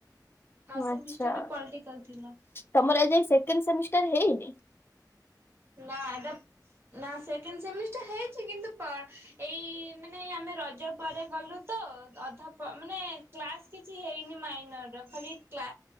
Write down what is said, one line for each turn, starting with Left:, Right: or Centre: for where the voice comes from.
Right: ଫାଷ୍ଟ ସେମିଷ୍ଟରରେ
Left: ଆଛା
Right: ପଲିଟିକାଲ ଥିଲା
Left: ତମର ଆଜି ଯାଏ ସେକେଣ୍ଡ ସେମିସ୍ ଟାର ହେଇନି
Right: ନା ହେଟା ନା ସେକେଣ୍ଡ ସେମିଷ୍ଟା ହେଇଛି କିନ୍ତୁ ଏଇ ମାନେ ଆମେ ରଜ ପରେ ଗଲୁ ତ ଅଧା ମାନେ କ୍ଲାସ କିଛି ହେଇନି ମାଇନର ର ଖାଲି କ୍ଲା